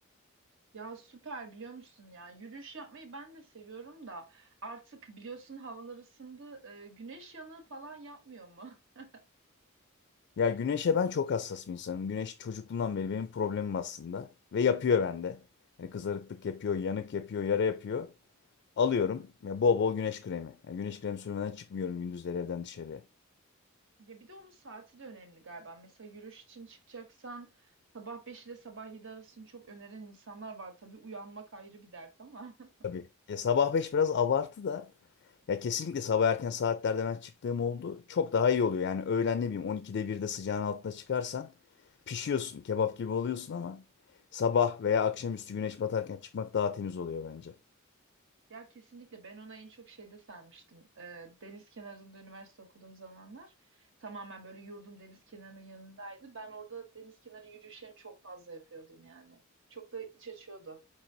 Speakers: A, on the right; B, on the left.
A: Ya süper biliyor musun ya? Yürüyüş yapmayı ben de seviyorum da artık biliyorsun havalar ısındı. e, güneş yanığı falan yapmıyor mu? <laughs>
B: Ya güneşe ben çok hassas bir insanım. Güneş çocukluğumdan beri benim problemim aslında. Ve yapıyor bende. Hani kızarıklık yapıyor, yanık yapıyor, yara yapıyor. Alıyorum ve bol bol güneş kremi. Yani güneş kremi sürmeden çıkmıyorum gündüzleri evden dışarıya.
A: Ya bir de onun saati de önemli galiba. Mesela yürüyüş için çıkacaksan sabah 5 ile sabah 7 arasını çok öneren insanlar var. Tabii uyanmak ayrı bir dert ama. <laughs>
B: Tabii. Ya sabah 5 biraz abartı da. Ya kesinlikle sabah erken saatlerde ben çıktığım oldu. Çok daha iyi oluyor. Yani öğlen ne bileyim 12'de 1'de sıcağın altına çıkarsan pişiyorsun. Kebap gibi oluyorsun ama sabah veya akşamüstü güneş batarken çıkmak daha temiz oluyor bence.
A: Ya kesinlikle ben ona en çok şeyde sarmıştım. Ee, deniz kenarında üniversite okuduğum zamanlar tamamen böyle yurdum deniz kenarının yanındaydı. Ben orada deniz kenarı yürüyüşlerini çok fazla yapıyordum yani. Çok da iç açıyordu.